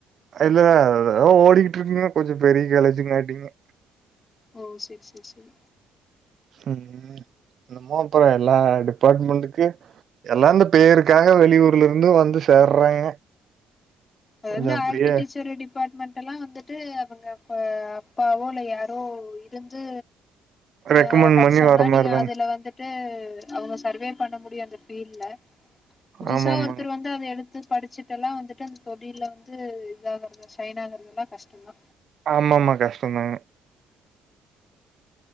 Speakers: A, on the right; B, on the left.
A: இல்ல அது எதோ ஓடிக்கிட்டுருக்குங்க கொஞ்ச பெரிய கலேஜுங்க அப்டினு
B: ஓ செரி செரி செரி
A: ம் என்னமோ அப்புற எல்லா டிபார்ட்மெண்ட்டுக்கு எல்லா இந்த பேருக்காக வெளியூர்ல இருந்து வந்து சேர்றாங்க
B: அ
A: கொஞ்சோ
B: வந்து
A: அப்டியே
B: ஆர்கிடெக்சர் டிபார்ட்மெண்ட் எல்லா வந்துட்டு அவங்க அப்ப அப்பாவோ இல்ல யாரோ இருந்து
A: ரெக்கமெண்ட்
B: அ அத படிச்சாங்கனா
A: பண்ணி வர மாரிதாங்க
B: நீங்க அதுல வந்துட்டு அவங்க சர்வே பண்ண முடியு அந்த ஃபீல்ட்ல புதுசா
A: ஆமா ஆமாங்க
B: ஒருத்தர் வந்து அத எடுத்து படிச்சுட்டு எல்லா வந்துட்டு அந்த தொழில வந்து இது ஆகறது சைனாகுறதுல்லா கஷ்டதா
A: ஆமா ஆமா கஷ்டந்தாங்க